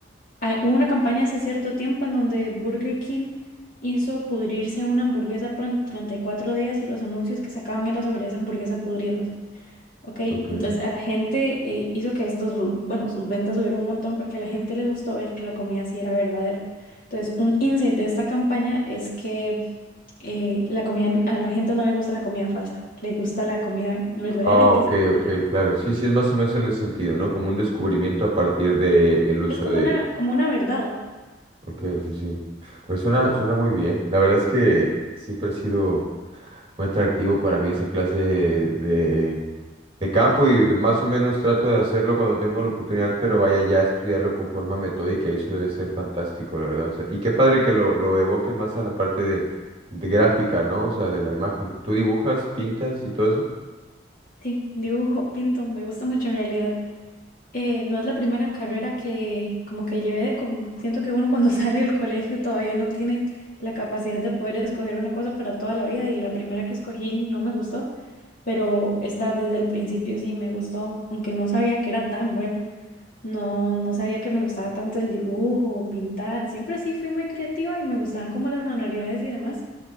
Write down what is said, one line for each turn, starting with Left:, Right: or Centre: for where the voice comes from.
Left: ah, hubo una campaña hace cierto tiempo en donde Burger King hizo pudrirse una hamburguesa por 34 días y los anuncios que sacaban era sobre esa hamburguesa pudriéndose. Ok, entonces
Right: Ok.
Left: a la gente eh, hizo que estos, su- bueno, sus ventas subieron un montón porque a la gente le gustó ver que la comida sí era verdadera. Entonces, un insight de esta campaña es que eh, la comida, a la gente no le gusta la comida falsa, le gusta la comida verdadera
Right: Ah,
Left: y que
Right: ok,
Left: se pudre.
Right: ok, claro. Sí, sí, es más o menos en ese sentido, ¿no? Como un descubrimiento a partir de el uso
Left: Es como
Right: de
Left: una, como una verdad.
Right: Ok, sí, sí. Pues suena, suena muy bien. La verdad es que siempre ha sido muy atractivo para mí esa clase de, de campo y de- más o menos trato de hacerlo cuando tengo la oportunidad, pero vaya ya a estudiarlo con forma metódica y eso debe ser fantástico, la verdad. O sea, y qué padre que lo, lo evoquen más a la parte de, de gráfica, ¿no? O sea, de la imagen. ¿Tú dibujas, pintas y todo eso?
Left: Sí, dibujo, pinto, me gusta mucho en realidad. Eh, no es la primera carrera que como que llevé, de siento que uno cuando <laughs> sale del colegio todavía no tiene la capacidad de poder escoger una cosa para toda la vida y la primera que escogí no me gustó, pero esta desde el principio sí me gustó, aunque no sabía que era tan buena, no, no sabía que me gustaba tanto el dibujo, pintar, siempre sí fui muy creativa y me gustaban como las manualidades y demás,